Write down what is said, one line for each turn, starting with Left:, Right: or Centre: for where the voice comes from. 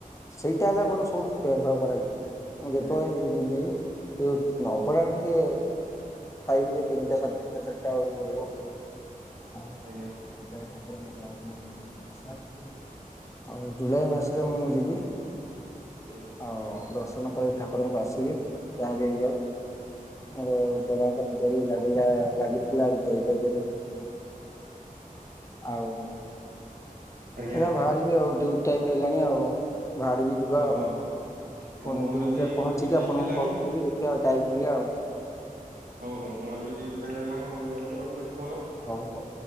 Left: ସେଇଟା ହେଲା ମୋର ସବଠୁ ଫେବରାଇଟ୍। ମୁଁ
Right: ଆଜ୍ଞା
Left: ଯେତେବେଳେ ଯିବି ସେ ଅଭଡା ଟିକେ ଖାଇକି ତିନିଟା ସାଢେ ତିନ୍ ଟା ଚାରିଟାକୁ ମିଳିବ ଆଉ
Right: ଆଜ୍ଞା
Left: <unintelligible> ଠାକୁର <unintelligible> ଆଉ ସାର୍ ଆଉ ଜୁଲାଇ ମାସରେ ମୁଁ ଯିବି।
Right: ଆଜ୍ଞା।
Left: ଆଉ ଦର୍ଶନ ପାଇ ଠାକୁରଙ୍କୁ ଆସିବି ଯାହା ବିି ହେଇଯାଉ। ମୋର ଜଗାଙ୍କର ଡୋରି ଲାଗିଲା- ଲାଗିଥିଲା ହେଲେ ଯାଇପାଇଲିନି। ଆଉ ଏଇଖିଣା
Right: ଆଜ୍ଞା।
Left: ବାହାରିବି ଆଉ ଡିଉଟି ଟାଇମ୍ ହେଲାଣି ଆଉ ବାହାରିବି ଯିବା
Right: ଓହୋ।
Left: ଆଉ।
Right: ଆଉ
Left: ପୁଣି
Right: ମୋର
Left: ଡ୍ୟୁଟିରେ
Right: ବି
Left: ପହଞ୍ଚିକି
Right: ଡ୍ୟୁଟି ଟାଇମି
Left: ଆପଣଙ୍କୁ
Right: ହେଲାଣି
Left: କଲ୍ କରିବି ଦେଖିବା ଟାଇମ ହେଲେ ଆଉ
Right: ହଉ -ହଉ ମୋର ବି ଡିଉଟି ଟାଇମ୍ ହେଲାଣି ମୁଁ ବି ଯାଉଚି ରଖୁଚି ଫୋନ ଆଉ।
Left: ହଉ -ହଉ।